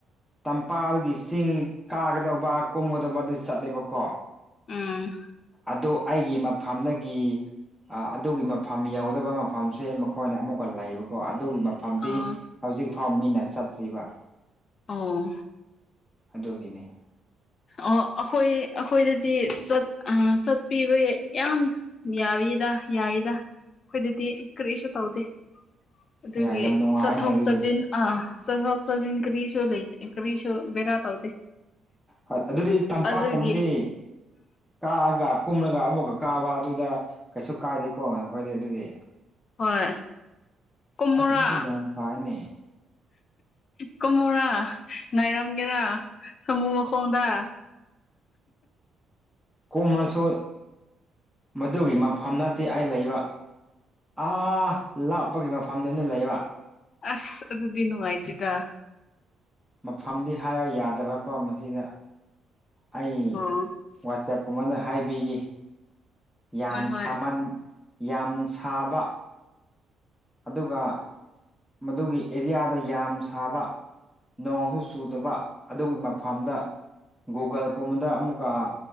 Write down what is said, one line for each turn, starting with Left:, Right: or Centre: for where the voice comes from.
Centre: ꯇꯝꯄꯥꯛꯒꯤ ꯆꯤꯡ ꯀꯥꯒꯗꯧꯕ ꯀꯨꯝꯒꯗꯧꯕ ꯑꯗꯨ ꯆꯠꯂꯦꯕꯀꯣ
Left: ꯎꯝ
Centre: ꯑꯗꯨ ꯑꯩꯒꯤ ꯃꯐꯝꯗꯒꯤ ꯑ ꯑꯗꯨꯒꯤ ꯃꯐꯝ ꯌꯧꯗꯕ ꯃꯐꯝꯁꯦ ꯃꯈꯣꯏꯅ ꯑꯃꯨꯛꯀ ꯂꯩꯕ ꯀꯣ ꯑꯗꯨꯒꯤ ꯃꯐꯝꯗꯤ
Left: ꯑꯥ
Centre: ꯍꯧꯖꯤꯛ ꯐꯥꯎ ꯃꯤꯅ ꯆꯠꯇ꯭ꯔꯤꯕ
Left: ꯑꯥ
Centre: ꯑꯗꯨꯒꯤꯅꯤ
Left: ꯑꯣ ꯑꯈꯣꯏ ꯑꯈꯣꯏꯗꯗꯤ ꯆꯠ ꯑ ꯆꯠꯄꯤꯕ ꯌꯥꯝ ꯌꯥꯏꯕꯤꯗ ꯌꯥꯏꯗ ꯑꯈꯣꯏꯗꯗꯤ ꯀꯔꯤꯁꯨ ꯇꯧꯗꯦ ꯑꯗꯨꯒꯤ
Centre: ꯌꯥꯏ ꯌꯥꯝ ꯅꯨꯡꯉꯥꯏꯅꯦ
Left: ꯆꯠꯊꯣꯛ
Centre: ꯑꯗꯨꯗꯤ
Left: ꯆꯠꯁꯤꯟ ꯑ ꯆꯠꯊꯣꯛ ꯆꯖꯤꯟ ꯀꯔꯤꯁꯨ ꯂꯩꯇꯦ ꯀꯔꯤꯁꯨ ꯕꯦꯔꯥ ꯇꯧꯗꯦ
Centre: ꯍꯣꯏ ꯑꯗꯨꯗꯤ ꯇꯝꯄꯥꯛꯀꯨꯝꯕꯗꯤ
Left: ꯑꯗꯨꯒꯤ
Centre: ꯀꯥꯑꯒ ꯀꯨꯝꯂꯒ ꯑꯃꯨꯛꯀ ꯀꯥꯕ ꯑꯗꯨꯗ ꯀꯩꯁꯨ ꯀꯥꯏꯗꯦꯀꯣ ꯅꯈꯣꯏꯗꯤ ꯑꯗꯨꯗꯤ
Left: ꯍꯣꯏ ꯀꯨꯝꯃꯣꯔꯥ
Centre: ꯑꯁ ꯑꯗꯨꯗꯤ ꯌꯥꯝ ꯐꯩꯅꯦ
Left: ꯀꯨꯝꯃꯣꯔꯥ ꯉꯥꯏꯔꯝꯒꯦꯔꯥ ꯁꯥꯃꯨ ꯃꯈꯣꯡꯗ
Centre: ꯀꯣꯝꯔꯁꯨ ꯃꯗꯨꯒꯤ ꯃꯐꯝ ꯅꯠꯇꯦ ꯑꯩ ꯂꯩꯕ ꯑꯥ ꯂꯥꯞꯄꯒꯤ ꯃꯐꯝꯗꯅꯤ ꯂꯩꯕ
Left: ꯑꯁ ꯑꯗꯨꯗꯤ ꯅꯨꯡꯉꯥꯏꯇꯦꯗ
Centre: ꯃꯐꯝꯗꯤ ꯍꯥꯏꯕ ꯌꯥꯗꯕꯀꯣ ꯃꯁꯤꯗ ꯑꯩ
Left: ꯑꯣ
Centre: ꯋꯥꯆꯞꯀꯨꯝꯕꯗ ꯍꯥꯏꯕꯤꯒꯤ ꯌꯥꯝ
Left: ꯍꯣꯏ ꯍꯣꯏ
Centre: ꯁꯥꯃꯟ ꯌꯥꯝ ꯁꯥꯕ ꯑꯗꯨꯒ ꯃꯗꯨꯒꯤ ꯑꯦꯔꯤꯌꯥꯗ ꯌꯥꯝ ꯁꯥꯕ ꯅꯣꯡꯁꯨ ꯆꯨꯗꯕ ꯑꯗꯨꯒꯤ ꯃꯐꯝꯗ ꯫ ꯒꯨꯒꯜꯒꯨꯝꯕꯗ ꯑꯃꯨꯛꯀ